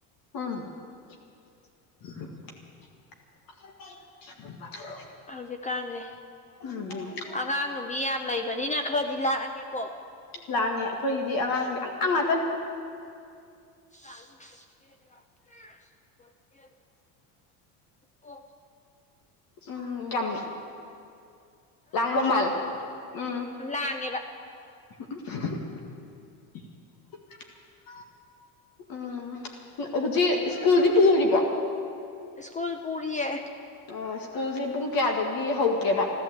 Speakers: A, on the left; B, on the left.
A: <inaudible>
B: ꯍꯧꯖꯤꯛꯀꯥꯟꯁꯦ
A: ꯎꯝ
B: ꯑꯉꯥꯡ ꯅꯨꯕꯤ ꯌꯥꯝ ꯂꯩꯕꯅꯤꯅ ꯈꯔꯗꯤ ꯂꯥꯛꯑꯒꯦꯀꯣ
A: ꯂꯥꯡꯉꯦ ꯑꯩꯈꯣꯏꯒꯤꯗꯤ ꯑꯉꯥꯡꯗꯤ ꯑꯉꯥꯡ ꯉꯥꯛꯇꯟ
B: <inaudible> ꯑꯣ
A: ꯎꯝ ꯌꯥꯝ ꯂꯥꯡꯕ ꯃꯥꯜꯂꯦ ꯎꯝ
B: ꯉꯦꯕ
A: <unintelligible> ꯎꯝ ꯍꯧꯖꯤꯛ ꯁ꯭ꯀꯨꯜꯗꯤ ꯄꯨꯔꯤꯕꯣ꯫
B: ꯁꯀꯨꯜ ꯄꯨꯔꯤ ꯑꯦ꯫
A: ꯑ ꯁ꯭ꯀꯨꯜꯁꯦ ꯄꯨꯡ ꯀꯌꯥꯗꯒꯤ ꯍꯧꯒꯦꯕ꯫